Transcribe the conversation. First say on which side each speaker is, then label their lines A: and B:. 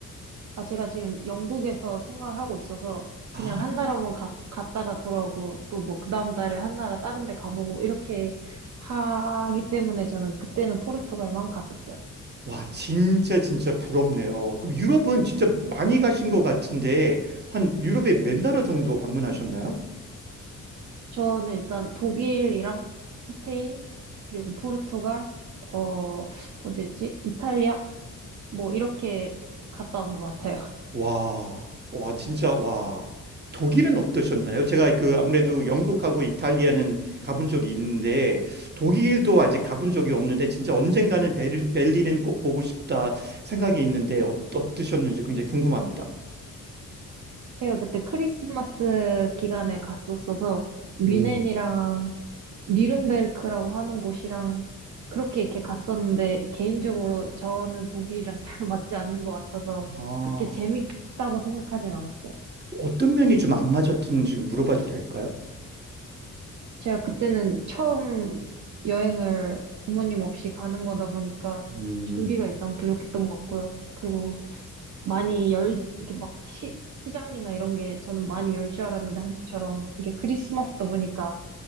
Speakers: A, on the right; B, on the right.
A: 아, 제가 지금 영국에서 생활하고 있어서 그냥
B: 아,
A: 한 나라만 가, 갔다가 돌아오고 또 뭐 그 다음 달에 한 나라 다른 데 가보고 이렇게 하기 때문에 저는 그때는 포르투갈만 갔었어요.
B: 와, 진짜 진짜 부럽네요. 그럼 유럽은 진짜 많이 가신 것 같은데 한 유럽에
A: 네.
B: 몇 나라 정도 방문하셨나요?
A: 저는 일단 독일이랑 스페인 그리고 포르투갈 어 어디였지? 이탈리아 뭐 이렇게 갔다 온 것 같아요.
B: 와, 와, 진짜, 와. 독일은 어떠셨나요? 제가 그 아무래도 영국하고 이탈리아는 가본 적이 있는데 독일도
A: 네.
B: 아직 가본 적이 없는데 진짜 언젠가는 베를, 벨린은 꼭 보고 싶다 생각이 있는데 어, 어떠셨는지 굉장히 궁금합니다.
A: 제가 그때 크리스마스 기간에 갔었어서 뮌헨이랑
B: 음,
A: 뉘른베르크라고 하는 곳이랑 그렇게 이렇게 갔었는데 개인적으로 저는 독일이랑 잘 <laughs> 맞지 않는 것 같아서
B: 아,
A: 그렇게 재밌다고 생각하진 않았어요.
B: 어떤 면이 좀 안 맞았는지 물어봐도 될까요?
A: 제가 그때는 처음 여행을 부모님 없이 가는 거다 보니까
B: 음,
A: 준비가 일단 부족했던 것 같고요. 그리고 많이 열, 이렇게 막 시, 시장이나 이런 게 저는 많이 열 줄 알았는데 한국처럼 이게 크리스마스다 보니까